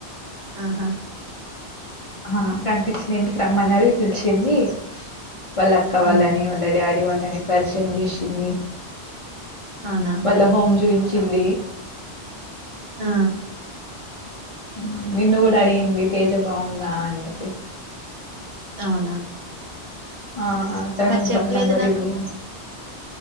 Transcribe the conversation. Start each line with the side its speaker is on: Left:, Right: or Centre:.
Right: ఆహా
Left: ఆ కనిపించింది ఇంటికి రమ్మన్నది పిలిచింది వాళ్ళ అక్క
Right: హ్మ్.
Left: వాళ్ళని వాళ్ళ డాడీ వాళ్ళని పరిచయం చేసింది
Right: అవునా?
Left: వాళ్ళ హోమ్ చూయించిింది
Right: ఆ
Left: మ్ నిన్ను కూడా అడిగింది తేజ బాగుందా అనేసి
Right: అవునా
Left: ఆ తన
Right: మరి
Left: మొబైల్
Right: చెప్పలేదు
Left: నంబర్
Right: నాకు.
Left: ఇవ్వు